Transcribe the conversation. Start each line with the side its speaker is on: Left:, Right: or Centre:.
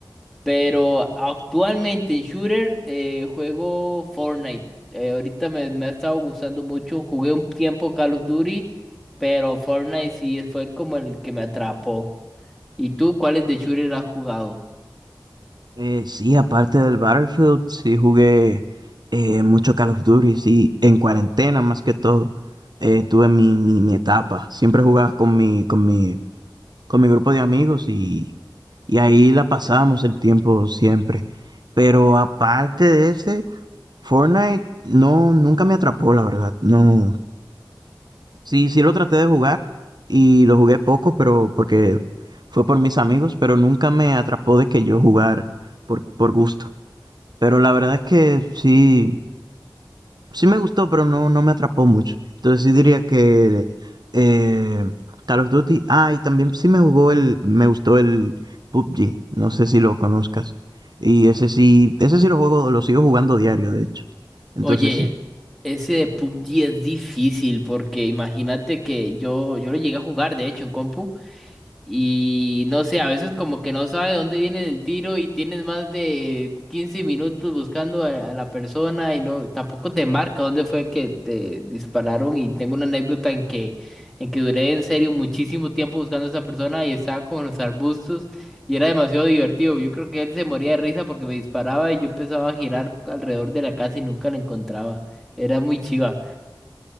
Centre: Pero actualmente en Shooter eh, juego Fortnite. Eh, ahorita me, me ha estado gustando mucho. Jugué un tiempo Call of Duty, pero Fortnite sí fue como el que me atrapó. ¿Y tú cuáles de Shooter has jugado?
Right: Eh, sí, aparte del Battlefield, sí jugué eh, mucho Call of Duty, sí, en cuarentena más que todo. eh, tuve mi, mi, mi etapa. Siempre jugaba con mi, con mi, con mi grupo de amigos y, y ahí la pasábamos el tiempo siempre. Pero aparte de ese, Fortnite no, nunca me atrapó, la verdad. No, sí, sí lo traté de jugar y lo jugué poco, pero porque fue por mis amigos, pero nunca me atrapó de que yo jugar por, por gusto. Pero la verdad es que sí, sí me gustó, pero no, no me atrapó mucho. Entonces sí diría que eh, Call of Duty. Ah, y también sí me jugó el, me gustó el PUBG. No sé si lo conozcas. Y ese sí, ese sí lo juego, lo sigo jugando diario, de hecho. Entonces
Centre: Oye,
Right: sí.
Centre: ese de PUBG es difícil porque imagínate que yo, yo lo llegué a jugar, de hecho, en compu. Y no sé, a veces como que no sabe dónde viene el tiro y tienes más de 15 minutos buscando a, a la persona y no, tampoco te marca dónde fue que te dispararon. Y tengo una anécdota en que, en que duré en serio muchísimo tiempo buscando a esa persona y estaba como en los arbustos y era demasiado divertido. Yo creo que él se moría de risa porque me disparaba y yo empezaba a girar alrededor de la casa y nunca la encontraba. Era muy chiva.